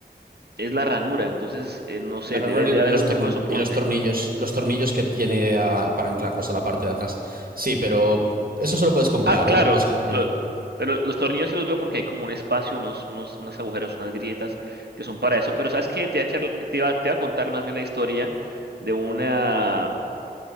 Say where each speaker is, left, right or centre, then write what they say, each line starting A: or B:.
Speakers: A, on the right (about 75°); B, on the right (about 60°).
A: es la ranura. Entonces, eh, no
B: La
A: sé,
B: ranura
A: debe,
B: y
A: debe
B: los,
A: haber algún
B: torn-
A: tipo de soporte.
B: y los tornillos, los tornillos que tiene ah, para anclarlos a la parte de atrás. Sí, pero eso solo puedes comprar,
A: Ah, claro,
B: ¿eh? Lo puedes comprar.
A: lo- pero los tornillos sí los veo porque hay como un espacio, unos, unos, unos agujeros, unas grietas que son para eso. Pero ¿sabes qué? Te voy a, charl- te iba- te iba a contar más bien la historia de una...